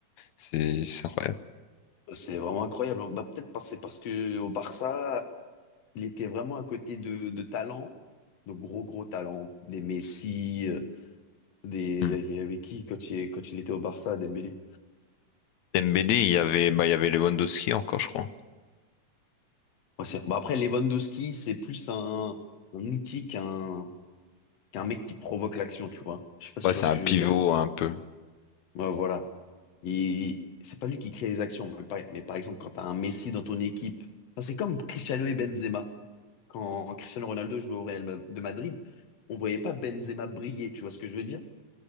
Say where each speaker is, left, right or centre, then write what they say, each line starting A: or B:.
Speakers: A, on the left (about 75°); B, on the left (about 60°).
A: C'est c'est incroyable.
B: c'est vraiment incroyable. hein. Bah, peut-être parce- c'est parce que au Barça, il était vraiment à côté de, de talents, de gros gros talents, des Messi. euh, Des,
A: Hmm.
B: il y avait qui quand il, quand il était au Barça, Dembélé?
A: Dembélé, il y avait, bah, il y avait Lewandowski encore, je crois.
B: Ouais, c'est- bah après, Lewandowski, c'est plus un, un outil qu'un qu'un mec qui provoque l'action, tu vois. Je sais pas si
A: Ouais,
B: tu
A: c'est
B: vois ce
A: un
B: que
A: pivot
B: je veux dire.
A: un peu.
B: Ouais, voilà. Il, c'est pas lui qui crée les actions. Mais par, mais par exemple, quand tu as un Messi dans ton équipe, enfin, c'est comme Cristiano et Benzema. Quand Cristiano Ronaldo jouait au Real Ma- de Madrid, on voyait pas Benzema briller, tu vois ce que je veux dire?